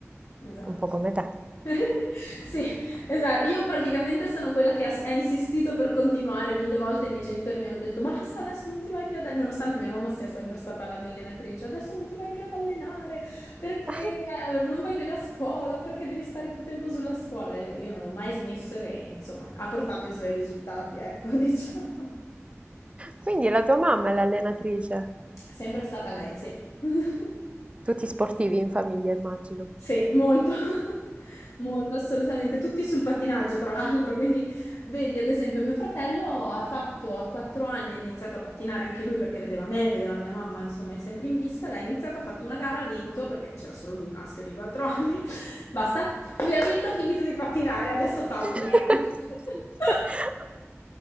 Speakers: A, on the left (about 80°); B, on the right (about 25°).
A: Esatto.
B: un po' come te.
A: <laughs> Sì, esatto. Io praticamente sono quella che ha, ha insistito per continuare mille volte. I miei genitori mi hanno detto: Basta, adesso non ti vai più ad allenare. Nonostante mia mamma sia sempre stata la mia allenatrice, adesso non ti vai più ad allenare perché
B: <laughs>
A: eh, non vai bene a scuola, perché devi stare più tempo sulla scuola. E no, io non ho mai smesso e insomma ha portato i suoi risultati, ecco, <laughs> diciamo.
B: Quindi la tua mamma è l'allenatrice.
A: Sempre stata lei, sì. <laughs>
B: Tutti sportivi in famiglia, immagino.
A: Sì, molto, <laughs> molto, assolutamente. Tutti sul pattinaggio, tra l'altro. Quindi, vedi, ad esempio, mio fratello ha fatto a 4 anni, ha iniziato a pattinare anche lui perché vedeva me, vedeva mia mamma, insomma, è sempre in pista. L'ha iniziato, ha fatto una gara, ha vinto perché c'era solo lui maschio di 4 anni. <laughs> Basta, lui ha vinto, ha finito di pattinare, adesso fa
B: <laughs>
A: apnea. <laughs>